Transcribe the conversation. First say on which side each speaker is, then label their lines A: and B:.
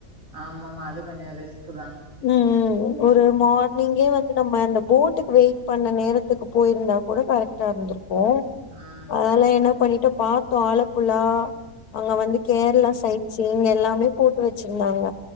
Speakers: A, on the right (about 60°); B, on the left (about 75°).
A: ஆமமா அது கொஞ்சோ ரிஸ்க்கு தா
B: ம் ம் ஒரு மார்னிங்கே வந்து நம்ம அந்த போட்டுக்கு வெயிட் பண்ண நேரத்துக்கு போயிருந்தா கூட கரெக்ட் கரட்டா இருந்திருக்கு
A: ஆ
B: அதெல்லா என்ன பண்ணிட்டோ பாத்தோ ஆலப்புழா அங்க வந்து கேரளா சைட் இங்க எல்லாமே போட்டு வச்சிருந்தாங்க